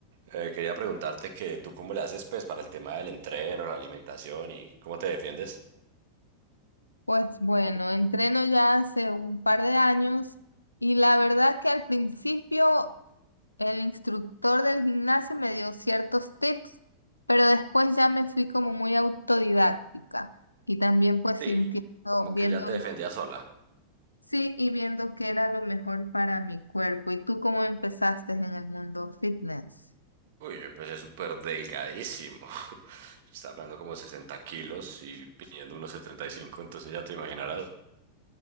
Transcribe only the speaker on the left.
Pues bueno, entreno ya hace un par de años y la verdad que al principio el instructor del gimnasio me dio ciertos tips, pero después ya me fui como muy autodidáctica y también pues
sintiendo,
viéndolo,
sí, y viendo qué era lo mejor para mi cuerpo. ¿Y tú cómo empezaste en el mundo fitness?